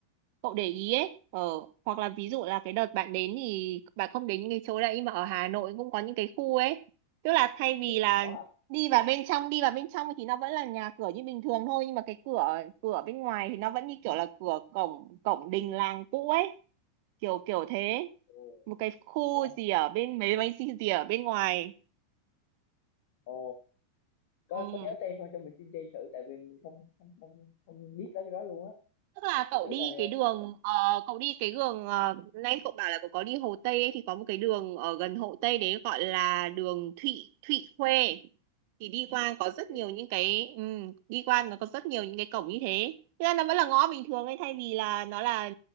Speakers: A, on the right; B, on the left.
A: cậu để ý ấy ở hoặc là ví dụ là cái đợt bạn đến thì bạn không đến những cái chỗ đấy nhưng mà ở Hà Nội cũng có những cái khu ấy tức là thay vì
B: Ủa,
A: là
B: có à?
A: đi vào bên trong đi vào bên trong thì nó vẫn là nhà cửa như bình thường thôi nhưng mà cái cửa cửa bên ngoài thì nó vẫn như kiểu là cửa cổng cổng đình làng cũ ấy kiểu kiểu thế
B: Ồ,
A: một cái khu
B: ủa,
A: gì ở bên mấy mấy gì gì ở bên ngoài
B: ồ, có
A: Ừ.
B: có nhớ tên không cho mình xin tên thử tại vì mình không không không không biết tới cái đó luôn á.
A: Tức là
B: Mình
A: cậu
B: thử
A: đi
B: là
A: cái đường ờ, cậu đi cái đường ờ, nãy cậu bảo là cậu có đi Hồ Tây ấy, thì có một cái đường ở gần Hồ Tây đấy gọi là đường Thụy Thụy Khuê thì đi qua
B: bị
A: có rất
B: quên.
A: nhiều những cái ừ, đi qua nó có rất nhiều những cái cổng như thế Thế ra nó vẫn là ngõ bình thường ấy thay vì là nó là